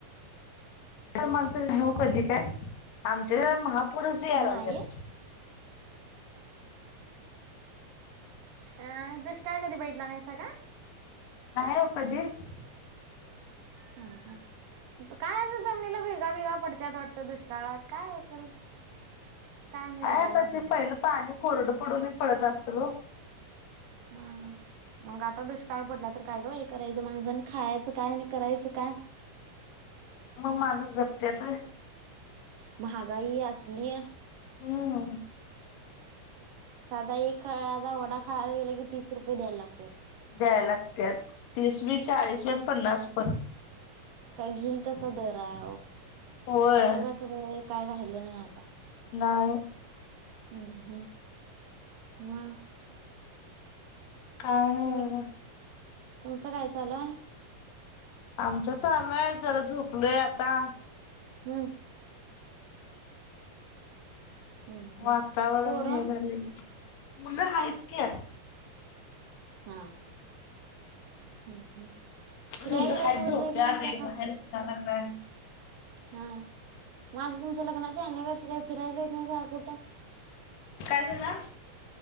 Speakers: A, on the left; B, on the right.
A: मगत नाही हो कधी काय आमचे इथ महापुरुष यायलागल्यात.
B: नाही अ दुष्काळ कधी बघितला नाहीस का?
A: नाही ओ कधीच.
B: हाव का काय अस जमनीला भेगा, बेगा पडत्यात वाटत दुष्काळात काय असेल काय मी
A: ह
B: बघायलाच
A: आता ते
B: नाही
A: पहिलं पाणी कोरडं पडून पडत असत हो.
B: हा. मग आता दुष्काळ पडला तर काय ग बाई करायचं माणसांनी खायचं काय आणि करायचं काय?
A: मग माणूस जगत्यात होय.
B: महागाई असली ये
A: हम्म.
B: साधा एक खाडाच वडा खायला गेला की तीस रुपये द्यायला लागत्यात.
A: द्याय लागते तीस बी, चाळीस बी, पन्नास पण.
B: काही घेल तसा दर आहे अ
A: होय
B: गरीबाच काय राहिलं नाही आता.
A: नाही.
B: हम्म, हम्म, मग.
A: काय नाही
B: तुम्ही तुमचं काय चालु आहे?
A: आमच चालू आहे जरा झोपलोय आता.
B: हम्म. हम्म
A: वातावरण
B: हम्म पोरं
A: हे झाले, मुलं आहेत काय?
B: हा. हम्म, हम्म फिराय
A: मुलं
B: बिराय
A: आहेत
B: कुणीच
A: झोपल्यात
B: जायत नाहीस
A: एक
B: का?
A: बाहेर फिरायला काय?
B: हा माझं तुमच्या लग्नाची एनिवर्सरी फिरायच जाईत नाही जावा कुठं.
A: काय झाल?